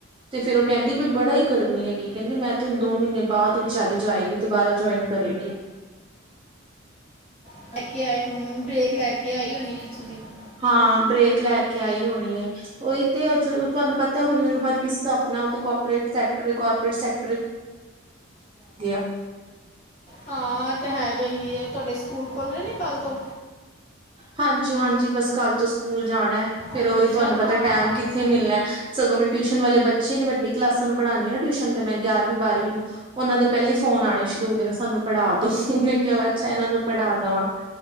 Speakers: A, on the right; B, on the left.
A: ਤੇ ਫਿਰ ਉਹ ਕਹਿੰਦੀ ਵੀ ਬੜਾ ਹੀ ਗਰਮੀ ਹੈਗੀ ਕਹਿੰਦੀ, ਮੈਂ ਤੇ ਹੁਣ ਦੋ ਮਹੀਨੇ ਬਾਅਦ ਵਿਚਾਰੀ ਜਾਏਗੀ ਦੁਬਾਰਾ ਜੁਆਇਨ। ਕਰੇਗੀ।
B: <unintelligible> <unintelligible>
A: ਹਾਂ, ਬ੍ਰੇਕ ਲੈ ਕੇ ਆਈ ਹੋਣੀ ਏ। ਉਹੀ ਤੇ ਤੁਹਾਨੂੰ ਪਤਾ ਹੁਣ ਹਰ ਕਿਸ ਦਾ ਆਪਣਾ ਉਥ ਕਾਰਪੋਰੇਟ ਸੈਕਟਰ, ਕੋਰਪਰੇਟ ਸੈਕ <unintelligible> <unintelligible>
B: ਹਾਂ, ਤੇ ਹੈਗਾ ਹੀ ਹੈ ਤੁਹਾਡੇ ਸਕੂਲ ਖੁਲ੍ਹ ਰਹੇ ਨੇ ਕੱਲ੍ਹ ਤੋਂ।
A: ਹਾਂਜੀ -ਹਾਂਜੀ ਬਸ ਕੱਲ੍ਹ ਤੋਂ ਸਕੂਲ ਜਾਣਾ ਫਿਰ
B: ਅੱਛਾ
A: ਉਹੀ ਤੁਹਾਨੂੰ
B: ਹਾਂ
A: ਪਤਾ ਟੈਮ ਕਿੱਥੇ ਮਿਲਣਾ। ਸਗੋਂ ਮੈਂ, ਟਿਊਸ਼ਨ ਵਾਲੇ ਬੱਚੇ ਨੇ ਵੱਡੀ ਕਲਾਸਾਂ ਨੂੰ ਪੜਾਉਂਦੀ ਹਾਂ ਨਾ ਟਿਊਸ਼ਨ ਤੇ ਮੈਂ ਗਿਆਰਵੀ, ਬਾਰਵੀਂ ਨੂੰ। ਉਹਨਾਂ ਦੇ ਪਹਿਲੇ ਫੋਨ ਆਣੇ ਸ਼ੁਰੂ ਹੋ ਗਏ ਨੇ, ਸਾਨੂੰ ਪੜ੍ਹਾ ਦੋ ਮੈਂ ਕਿਹਾ, ਅੱਛਾ ਇਹਨਾਂ ਨੂੰ ਪੜ੍ਹਾ ਦੇਵਾਂ।